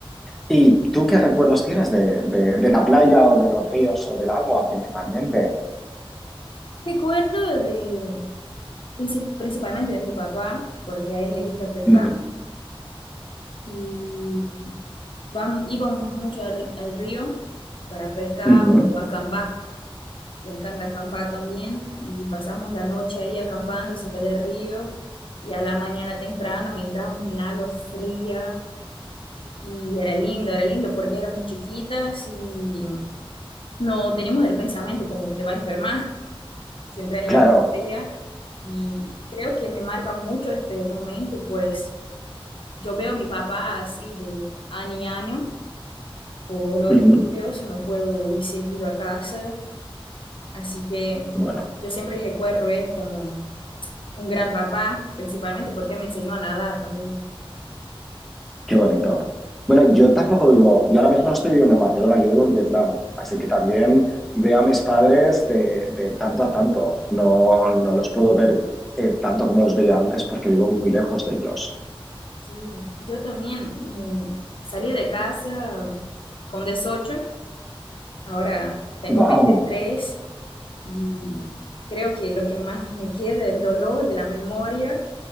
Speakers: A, in the centre; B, on the left.
A: ¿Y tú qué recuerdos tienes de, de, de, la playa o de los ríos o del agua principalmente?
B: Recuerdo de, princip- principalmente de mi papá, porque a él le gusta pescar,
A: Uh -huh.
B: y vam- íbamos mucho al, al río para pescar
A: Uh -huh.
B: o acampar. Le encanta acampar también y pasamos la noche ahí acampando cerca del río y a la mañana temprano entrábamos en el agua fría y era lindo, era lindo porque éramos chiquitas y no teníamos el pensamiento como te va a enfermar <laughs> si entras en
A: Claro.
B: el agua fría y creo que me marca mucho este momento, pues yo veo a mi papá así de año a año por los
A: Uh
B: estudios,
A: -huh.
B: no puedo ir seguido a casa, así que
A: Bueno.
B: yo siempre recuerdo él como un gran papá, principalmente porque me enseñó a nadar también.
A: Qué bonito. Bueno, yo tampoco vivo, yo ahora mismo no estoy viviendo en Barcelona, yo vivo en Vietnam, así que también veo a mis padres de, de tanto a tanto. No, no los puedo ver eh, tanto como los veía antes porque vivo muy lejos de ellos.
B: Sí, yo también eh, salí de casa con dieciocho ahora tengo
A: Wow.
B: veintitrés y creo que lo que más me queda es el dolor de la memoria